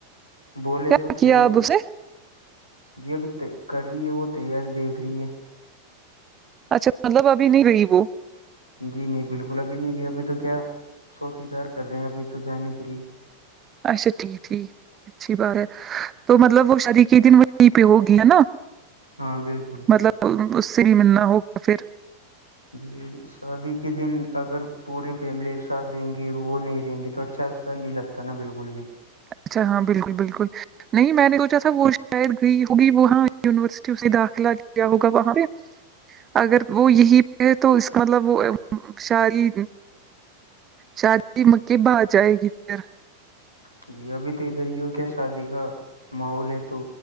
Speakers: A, on the left (about 85°); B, on the right (about 25°).
A: بولے
B: کیا
A: تو تھے
B: کیا آپ اسے
A: جی ابھی کر رہی ہے وہ تیاری دیکھ رہی ہے
B: اچھا مطلب ابھی نہیں رہی وہ
A: <unintelligible>
B: اچھا ٹھیک ٹھیک اچھی بات ہے تو مطلب وہ شادی کے دن وہ وہیں پہ ہوگی ہے نا
A: ہاں بالکل
B: مطلب اس سے ہی ملنا ہوگا پھر
A: جی شادی کے دن اگر پوری فیملی ایک ساتھ رہیں گی وہ نہیں رہیں گی تو اچھا سا نہیں لگتا ا بالکل بھی
B: اچھا ہاں بالکل بالکل نہیں میں نے سوچا تھا وہ شاید گئی ہوگی وہاں یونیورسٹی اسے داخلہ دیا ہوگا وہاں پہ اگر وہ یہی پہ ہے تو اس کا مطلب وہ شاعری شادی میںکیب آ جائے گی پھر
A: <unintelligible> ماحول ہے تو